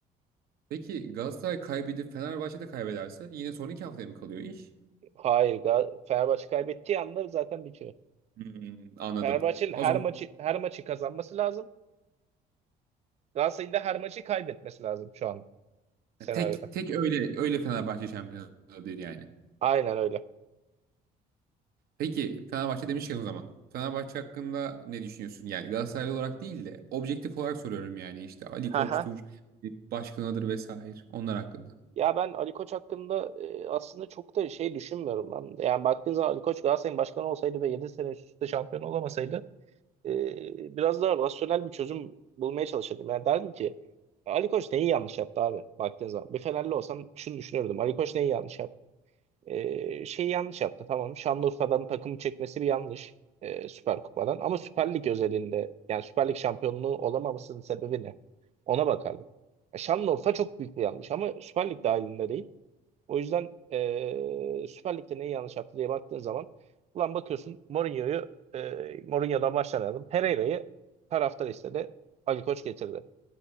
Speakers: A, on the right; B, on the right.
A: Peki Galatasaray kaybedip Fenerbahçe de kaybederse yine son iki haftaya mı kalıyor iş?
B: Hayır. Gal- Fenerbahçe kaybettiği anda zaten bitiyor.
A: Hmm, anladım.
B: Fenerbahçe'nin her
A: O zaman
B: maçı her maçı kazanması lazım. Galatasaray'ın da her maçı kaybetmesi lazım şu an senaryoda.
A: tek tek öyle öyle Fenerbahçe şampiyon olabilir yani.
B: Aynen öyle.
A: Peki Fenerbahçe demişken o zaman. Fenerbahçe hakkında ne düşünüyorsun? Yani Galatasaraylı olarak değil de objektif olarak soruyorum yani işte Ali
B: Hı
A: Koç'tur,
B: hı.
A: başkanıdır vesaire onlar hakkında.
B: Ya ben Ali Koç hakkında e, aslında çok da şey düşünmüyorum lan. Yani baktığın zaman Ali Koç Galatasaray'ın başkanı olsaydı ve 7 sene üst üste şampiyon olamasaydı e, biraz daha rasyonel bir çözüm bulmaya çalışırdım. Yani derdim ki Ali Koç neyi yanlış yaptı abi baktığın zaman. Bir Fenerli olsam şunu düşünürdüm. Ali Koç neyi yanlış yaptı? E, şeyi yanlış yaptı tamam. Şanlıurfa'dan takımı çekmesi bir yanlış. e, Süper Kupa'dan. Ama Süper Lig özelinde yani Süper Lig şampiyonluğu olamamasının sebebi ne? Ona bakardım. E, Şanlıurfa çok büyük bir yanlış ama Süper Lig dahilinde değil. O yüzden eee Süper Lig'de neyi yanlış yaptı diye baktığın zaman ulan bakıyorsun Mourinho'yu eee Mourinho'dan başlayalım. Pereira'yı taraftar istedi. Ali Koç getirdi.